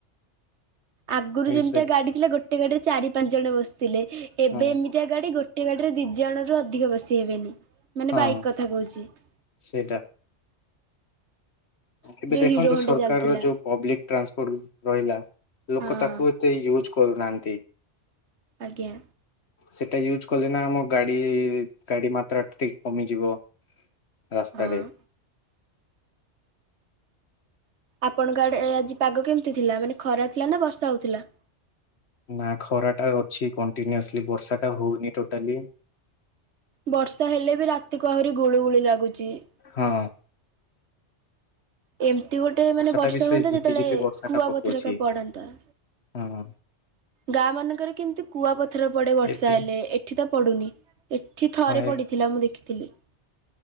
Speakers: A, on the right (about 70°); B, on the left (about 65°).
A: ଆଗରୁ
B: ଏଇ
A: ଯେମିତି
B: ତ
A: ଗାଡି ଥିଲା ଗୋଟେ ଗାଡିରେ ଚାରି ପାଞ୍ଚ ଜଣ ବସି ଥିଲେ ଏବେ
B: ହଁ
A: ଏମିତିଆ ଗାଡି ଗୋଟେ ଗାଡିରେ ଦି ଜଣ ରୁ ଅଧିକ ବସି ହେବେନି ମାନେ
B: ହଁ
A: ବାଇକ୍ କଥା କହୁଛି ।
B: ସେଇଟା ଏବେ ଦେଖନ୍ତୁ
A: ହିରୋ ହୋଣ୍ଡା
B: ସରକାର
A: ଚାଲିଥିଲା
B: ର ଯୋଉ ପବ୍ଲିକ ଟ୍ରାନ୍ସପୋର୍ଟ ରହିଲା ଲୋକ
A: ହଁ
B: ତାକୁ ଏତେ ୟୁଜ କରୁନାହାନ୍ତି।
A: ଆଜ୍ଞା।
B: ସେଟା ୟୁଜ୍ କଲେ ନା ଆମ ଗାଡି ଗାଡି ମାତ୍ରା ଟା ଟିକେ କମିଯିବ। ରାସ୍ତାରେ
A: ହଁ। ଆପଣଙ୍କ ଆଡେ ଆଜି ପାଗ କେମିତି ଥିଲା, ମାନେ ଖରା ଥିଲା ନା ବର୍ଷା ହଉଥିଲା ।
B: ନା ଖରାଟା ଅଛି କଣ୍ଟିନ୍ୟୁସଲି ବର୍ଷା ଟା ହଉନି ଟୋଟାଲି
A: ବର୍ଷା ହେଲେ ବି ରାତିକୁ ଆହୁରି ଗୁଳିୁ ଗୁଳି ଲାଗୁଛି ।
B: ହଁ।
A: ଏମିତି ଗୋଟେ ମାନେ ବର୍ଷା
B: ଟା ବି ସେ
A: ହୁଅନ୍ତା,
B: ଝିପି
A: ଯେତେବେଳେ
B: ଝିପି ବର୍ଷା
A: କୁଆ
B: ଟା ପକଉଛି
A: ପଥରକାା ପଡନ୍ତା ।
B: ହଁ
A: ଗାଁ ମାନଙ୍କରେ କେମିତି କୁଆ ପଥର ପଡେ, ବର୍ଷା
B: ଏବେ
A: ହେଲେ ଏଠି ତ ପଡୁନି । ଏଠି ଥରେ
B: ହଁ
A: ପଡିଥିଲା, ମୁଁ ଦେଖିଥିଲି ।